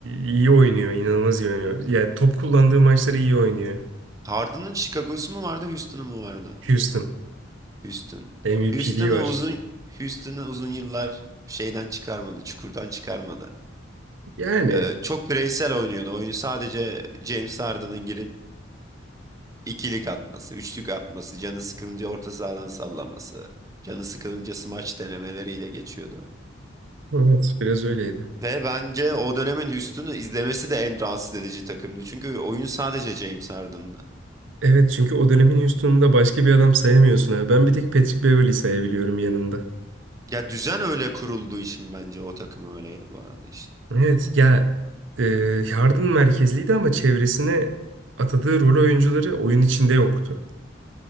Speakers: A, on the right; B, on the right.
A: iyi oynuyor. inanılmaz iyi oynuyor. Yani top kullandığı maçları iyi oynuyor.
B: Harden'ın Chicago'su mu vardı, Houston'u mu vardı?
A: Houston.
B: Houston.
A: MVP'liği
B: Houston'a
A: var.
B: uzun Houston'a uzun yıllar şeyden çıkarmadı, çukurdan çıkarmadı.
A: Yani.
B: Ee, çok bireysel oynuyordu. Oyun sadece James Harden'ın girip ikilik atması, üçlük atması, canı sıkılınca orta sahadan sallaması, canı sıkılınca smaç denemeleriyle geçiyordu.
A: Evet. Biraz öyleydi.
B: Ve bence o dönemin Houston'u izlemesi de en rahatsız edici takımdı. Çünkü oyun sadece James Harden'la.
A: Evet çünkü o dönemin Houston'unda başka bir adam sayamıyorsun abi. Ben bir tek Patrick Beverley sayabiliyorum yanında.
B: Ya düzen öyle kurulduğu için bence o takım öyleydi bu arada işte.
A: Evet ya e, yardım merkezliydi ama çevresine atadığı rol oyuncuları oyun içinde yoktu.